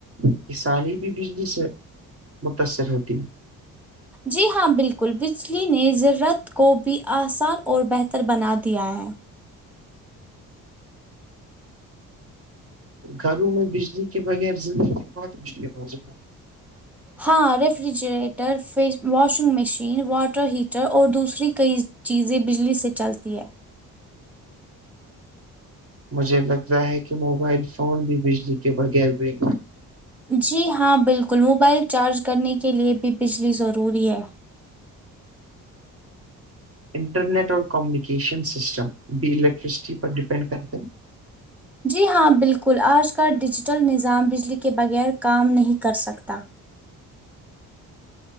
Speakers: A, on the right (about 35°); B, in the centre.
A: کسانی بھی بجلی سے متاثر ہوتی ہے
B: جی ہاں بالکل بجلی نے زرت کو بھی آسان اور بہتر بنا دیا ہے
A: گھروں میں بجلی کے بغیر زندگی بہت مشکل ہو گی
B: ہاں ریفریجریٹر ف واشنگ مشین واٹر ہیٹر اور دوسری کئی چیزیں بجلی سے چلتی ہے
A: مجھے لگتا ہے کہ موبائل فون بھی بجلی کے بغیر ب
B: جی ہاں بالکل موبائل چارج کرنے کے لیے بھی بجلی ضروری ہے
A: انٹرنیٹ اور کمیونیکیشن سسٹم بھی الیکٹریسٹی پر ڈپینڈ کرتے ہیں
B: جی ہاں بالکل آج کا ڈیجیٹل نظام بجلی کے بغیر کام نہیں کر سکتا